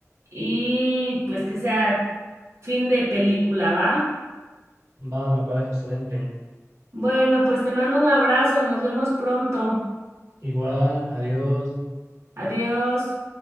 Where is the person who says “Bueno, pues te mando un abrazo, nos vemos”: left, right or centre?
Right